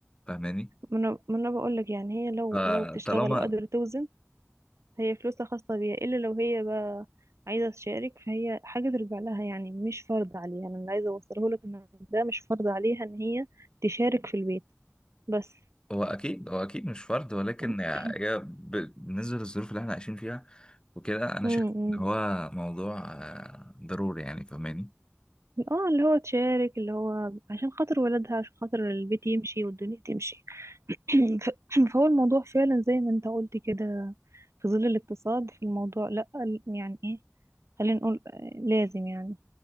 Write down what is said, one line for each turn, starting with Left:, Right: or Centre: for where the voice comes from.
Left: فاهماني
Right: ما انا ما انا بقول لك يعني هي لو
Left: فطالما
Right: لو بتشتغل وقادرة توزن هي فلوسها خاصة بيها الا لو هي بقى عايزة تشارك فهي حاجة ترجع لها يعني مش فرض عليها انا اللي عايزة اوصله لك ان ده مش فرض عليها ان هي تشارك في البيت بس
Left: هو اكيد هو اكيد مش فرض ولكن
Right: <clears throat>
Left: هي ب- بالنسبه للظروف اللي احنا عايشين فيها وكده انا
Right: م-
Left: شايف
Right: م.
Left: ان هو موضوع آه، ضروري يعني فاهماني
Right: اه اللي هو تشارك اللي هو عشان خاطر ولادها عشان خاطر البيت يمشي والدنيا تمشي <clears throat> ف- فهو الموضوع فعلا زي ما انت قلت كده في ظل الاقتصاد في الموضوع لا ال- يعني ايه خلينا نقول آه، لازم يعني